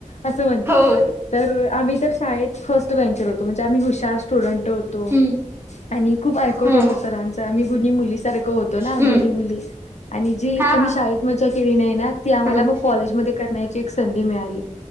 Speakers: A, on the left; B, on the right.
A: अस म्हणतात.
B: हो
A: तर आम्ही तर शाळेत फर्स्ट बेंचर होतो म्हणजे आम्ही हुशार स्टुडंट होतो.
B: हम्म
A: आणि खूप ऐकत
B: हम्म
A: होतो सरांच आम्ही गुनी मुली सारखं होतो ना?
B: हम्म
A: गुणी मुली आणि जी
B: हा
A: आम्ही
B: हा
A: शाळेत मज्जा केली नाही ना ती आम्हाला
B: हम्म
A: मग कॉलेजमध्ये करण्या ची एक संधी मिळाली